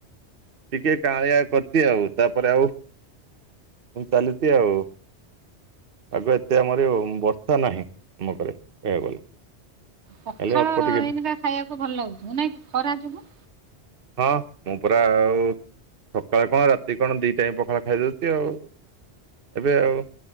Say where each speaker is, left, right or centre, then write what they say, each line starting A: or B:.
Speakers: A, on the right; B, on the right.
A: ଟିକେ କାଳିଆ କରିଛି ଆଉ ତାପରେ ଆଉ ମୁ ଚାଲିଛି ଆଉ ଆଗ ଏତେ ଆମରି ବର୍ଷା ନାହିଁ ଆମ ଘରେ କହିବାକୁ ଗଲେ
B: ପଖାଳ
A: ଖାଲି ଅଳ୍ପ ଟିକେ
B: ହେଇନକା ଖାଇବାକୁ ଭଲ ଲାଗୁଥିବ ନାଇଁ ଖରା ଯୋଗୁ
A: ହଁ ମୁଁ ପୁରା ଆଉ ସକାଳେ କଣ ରାତି କଣ ଦି ଟାଇ ପଖାଳ ଖାଇଦଉଛି ଆଉ ଏବେ ଆଉ